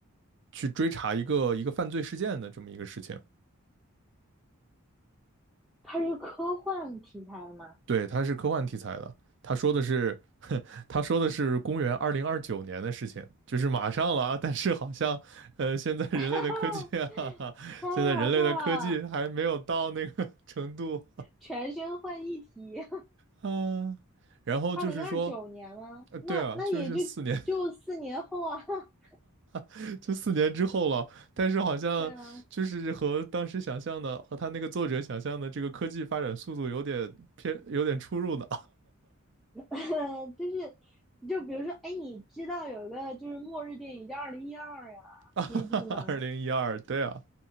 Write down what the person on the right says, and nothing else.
去追查一个一个犯罪事件的这么一个事情。
对，它是科幻题材的。他说的是，他说的是公元二零二九年的事情，就是马上了啊。但是好像，呃，现在人类的科技啊，
<laughs>
现在人类的科技还没有到那个 <laughs> 程度
啊。然后就是说，
呃，对啊，
就是四年，
<laughs> 就四年之后了。但是好像就是和当时想象的，
和他那个作者想象的这个科技发展速度有点偏，有点出入呢。
<laughs>
二零一二，对啊，